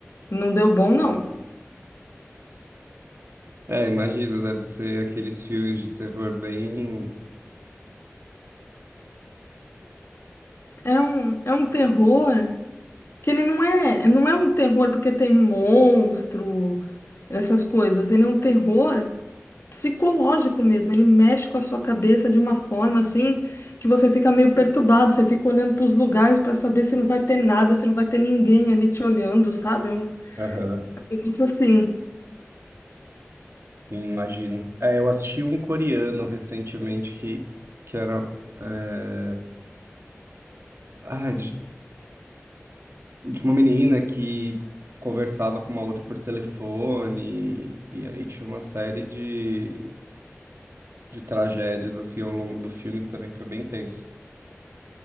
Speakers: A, on the left; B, on the right.
A: Não deu bom, não.
B: É, imagino, deve ser aqueles filmes de terror bem.
A: É um, é um terror que ele não é, não é um terror porque tem monstro, essas coisas. Ele é um terror psicológico mesmo. Ele mexe com a sua cabeça de uma forma assim que você fica meio perturbado, você fica olhando para os lugares para saber se não vai ter nada, se não vai ter ninguém ali te olhando, sabe? É um
B: Aham,
A: Eu gosto assim.
B: Sim, imagino. É, eu assisti um coreano recentemente que, que era é, ah, de, de uma menina que conversava com uma outra por telefone, e, aí tinha uma série de, de tragédias assim ao longo do filme que também foi bem tenso.